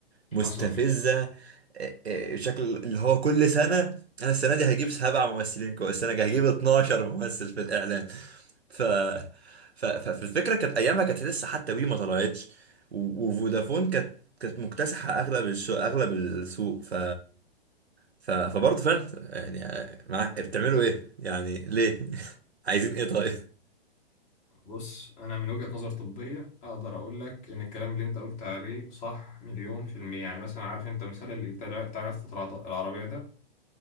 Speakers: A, on the right (about 85°); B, on the left (about 20°).
A: مستفزة
B: حصل
A: آه، آه، بشكل اللي هو كل سنة أنا السنة دي هجيب سبع ممثلين كويس السنة دي هجيب 12 ممثل في الإعلان ف... ف... ف- فالفكرة كانت أيامها كانت لسه حتى وي ما طلعتش و- وفودافون كانت كانت مكتسحة أغلب الشو... أغلب السوق ف... ف... فبرضه فعلا يعني آه، معاك بتعملوا إيه؟ يعني ليه؟ <laughs> عايزين إيه طيب؟
B: بص انا من وجهة نظر طبية اقدر اقول لك ان الكلام اللي انت قلت عليه صح مليون في المية يعني مثلا عارف انت مثال اللي بتاع بتاع يافطة الع- العربية ده